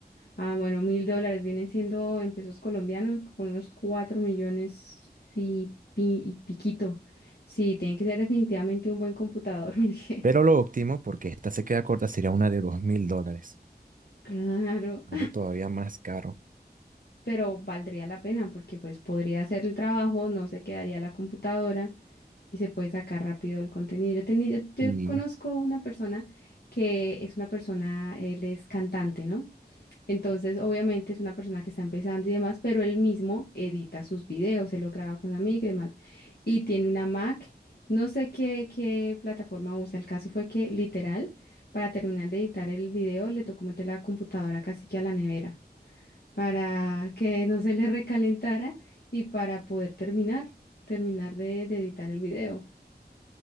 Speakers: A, on the left; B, on the right.
A: Ah, bueno, mil dólares vienen siendo en pesos colombianos con unos cuatro millones y, pi- y piquito. Sí, tiene que ser definitivamente un buen computador, <laughs> porque
B: Pero lo óptimo, porque esta se queda corta, sería una de dos mil dólares,
A: claro,
B: algo todavía más caro.
A: <laughs> pero valdría la pena porque pues podría hacer el trabajo, no se quedaría la computadora y se puede sacar rápido el contenido. Yo tenía, yo, yo
B: Y
A: conozco una persona que es una persona, él es cantante, ¿no? Entonces, obviamente es una persona que está empezando y demás, pero él mismo edita sus videos, él lo graba con amigos y demás. Y tiene una Mac, no sé qué, qué plataforma usa. El caso fue que literal, para terminar de editar el video, le tocó meter la computadora casi que a la nevera para que no se le recalentara y para poder terminar, terminar de, de editar el video.